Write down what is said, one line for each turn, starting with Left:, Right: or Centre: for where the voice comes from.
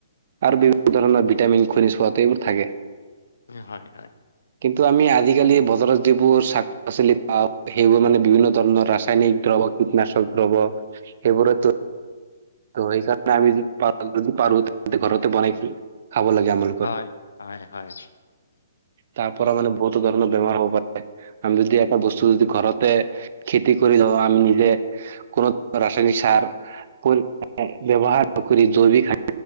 Right: আৰু বিভিন্ন ধৰণৰ ভিটামিন খনিজ প এইবোৰ থাকে।
Left: হয়, হয়।
Right: কিন্তু আমি আজিকালি বজাৰত যিবোৰ শাক- পাচলি পাও সেইবোৰ মানে বিভিন্ন ধৰণৰ ৰাসায়নিক দ্ৰব্য কীটনাশক দ্ৰব্য এইবোৰো হয় ত সেইকাৰণে আমি যদি পাৰো তে ঘৰতে বনাই খাব লাগে আমালোকৰ
Left: হয়, হয়, হয়।
Right: তাৰ পৰা মানে বহুত ধৰণৰ বেমাৰ হ'ব পাৰে, আমি যদি এটা বস্তু যদি ঘৰতে খেতি কৰি লওঁ অ', ' আম নিজে কোনো ৰাসায়নিক সাৰ পৰি ব্যৱহাৰ নকৰি জৈৱিক